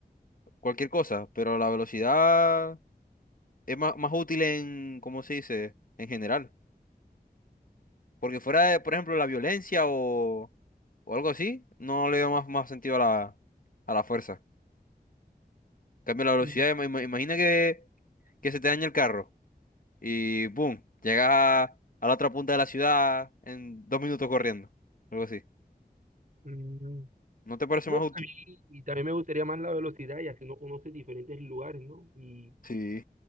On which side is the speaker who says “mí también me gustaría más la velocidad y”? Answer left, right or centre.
Right